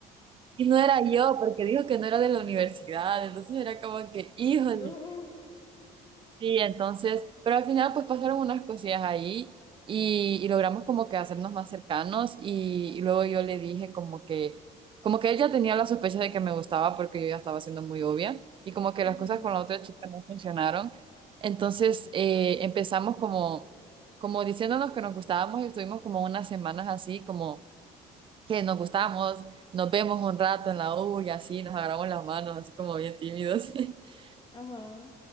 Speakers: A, on the right; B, on the left.
A: Y no era yo, porque dijo que no era de la universidad, entonces era como que, híjole.
B: <laughs> No.
A: Sí, entonces, pero al final pues pasaron unas cosillas ahí y, y logramos como que hacernos más cercanos y, y luego yo le dije como que, como que él ya tenía la sospecha de que me gustaba porque yo ya estaba siendo muy obvia y como que
B: Ujú.
A: las cosas con la otra chica no funcionaron. Entonces eh, empezamos como, como diciéndonos que nos gustábamos y estuvimos como unas semanas así como que nos gustamos, nos vemos un rato en la U y así, nos agarramos las manos así como bien tímidos. <laughs>
B: Ajá.